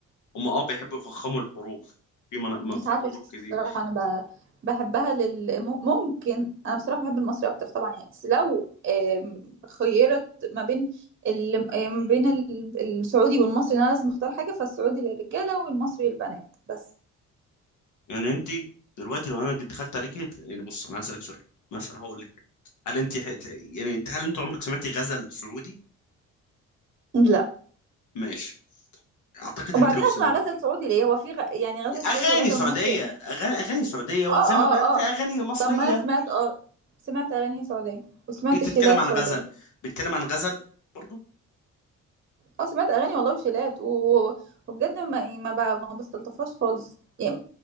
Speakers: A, on the left (about 75°); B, on the right (about 40°).
A: هم اه بيحبوا يفخموا الحروف في من...
B: مش
A: في
B: عارفة
A: حروف
B: بصراحة
A: كده
B: أنا ب... بحبها لل مم- ممكن أنا بصراحة بحب المصري أكتر طبعا يعني بس لو آم، خيرت ما بين ال... ما بين ال- السعودي والمصري أنا لازم أختار حاجة فالسعودي للرجالة والمصري للبنات بس
A: يعني انت دلوقتي لو انا دخلت عليك يعني بص انا هسالك سؤال مثلا هقول لك حاجه هل انت حت... يعني انت هل انت عمرك سمعتي غزل سعودي
B: لا
A: ماشي اعتقد
B: وبعدين
A: انت لو سم...
B: أسمع غزل سعودي ليه هو في غ... يعني غزل
A: اغاني
B: سعودي وغزل
A: سعوديه
B: مصري
A: أغا- اغاني سعوديه وزي
B: آه
A: ما
B: آه
A: بيقولوا في
B: آه
A: اغاني مصريه
B: طب ما أنا سمعت آه سمعت أغاني سعودية وسمعت
A: بتتكلم
B: شيلات
A: عن
B: سعودية
A: غزل بيتكلم عن غزل برضو
B: اه سمعت اغاني والله وشيلات و... وبجد ما إيه، ما, ب... ما بستلطفهاش خالص يعني